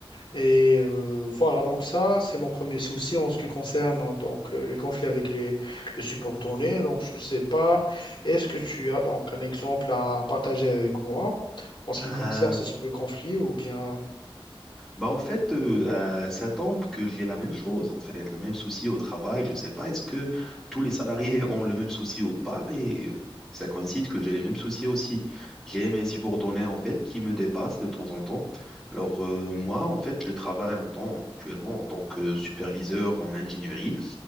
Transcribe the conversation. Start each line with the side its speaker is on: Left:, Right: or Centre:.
Left: Et euh, voilà, donc ça, c'est mon premier souci en ce qui concerne hein, donc, euh, les conflits avec les, le subordonné. Donc, je ne sais pas, est-ce que tu as donc un exemple à partager avec moi en ce qui
Centre: Euh,
Left: concerne ces deux conflits ou bien...
Centre: bah en fait, euh, euh, ça tombe que j'ai la même chose, en fait, le même souci au travail. Je ne sais pas, est-ce que tous les salariés <laughs> ont le même souci ou pas, mais euh, ça coïncide que j'ai les mêmes soucis aussi. J'ai mes subordonnés, en fait, qui me dépassent de temps en temps. Alors, euh, moi, en fait, je travaille en tant, actuellement en tant que superviseur en ingénierie